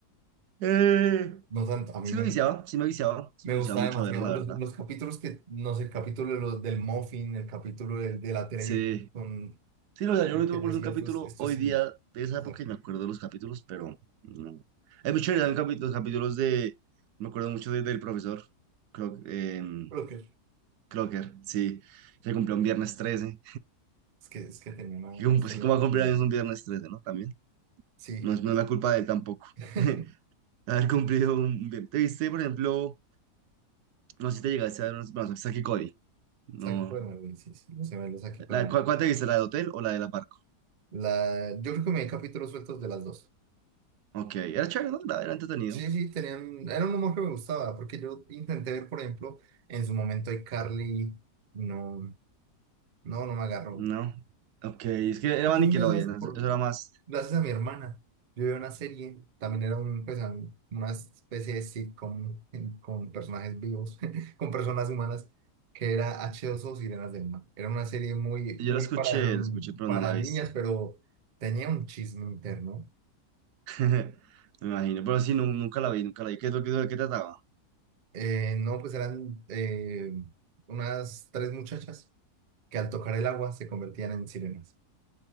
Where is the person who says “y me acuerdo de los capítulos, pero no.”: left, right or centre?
Right